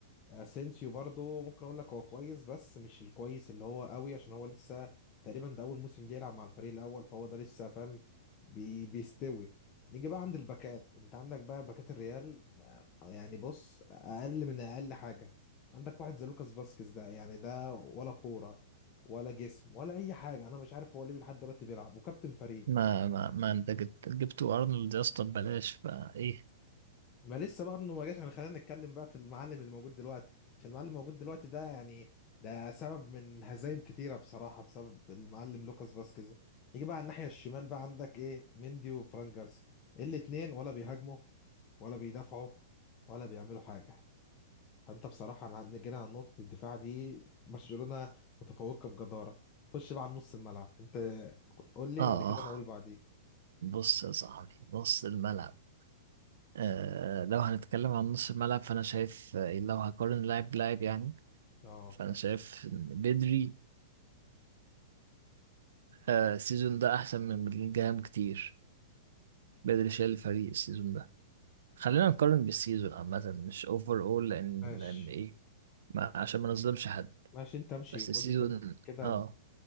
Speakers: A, on the left; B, on the right.
A: اسينسيو برضو ممكن اقول لك هو كويس بس مش الكويس اللي هو قوي عشان هو لسه تقريبا ده اول موسم ليه يلعب مع الفريق الاول فهو ده لسه فاهم بي بيستوي نيجي بقى عند الباكات انت عندك بقى باكات الريال آه، يعني بص اقل من اقل حاجه عندك واحد زي لوكاس فاسكيز ده يعني ده ولا كوره ولا جسم ولا اي حاجه انا مش عارف هو ليه لحد دلوقتي بيلعب وكابتن فريق
B: ما ما ما انت جبت جبتوا ارنولد يا اسطى ببلاش فايه
A: ما لسه بقى انه ما جاش يعني خلينا نتكلم بقى في المعلم اللي موجود دلوقتي عشان المعلم الموجود دلوقتي ده يعني ده سبب من هزايم كتيره بصراحه بسبب المعلم لوكاس فاسكيز يجي بقى على الناحيه الشمال بقى عندك ايه مندي وفران جارسيا الاتنين ولا بيهاجموا ولا بيدافعوا ولا بيعملوا حاجه فانت بصراحه لع- جينا على نقطه الدفاع دي برشلونه متفوقه بجداره خش بقى على نص الملعب انت قول لي
B: اه
A: بعد كده انا اقول بعديك
B: بص يا صاحبي نص الملعب آه، لو هنتكلم عن نص الملعب فأنا شايف آه، لو هقارن لاعب بلاعب يعني
A: اه
B: فأنا شايف إن بدري آه، السيزون ده أحسن من بلينجهام كتير بدري شايل الفريق السيزون ده خلينا نقارن بالسيزون عامة مش أوفر أول لأن
A: ماشي
B: لأن إيه ما عشان ما نظلمش حد
A: ماشي انت امشي
B: بس
A: قول
B: السيزون
A: لي كله كده
B: آه
A: ب-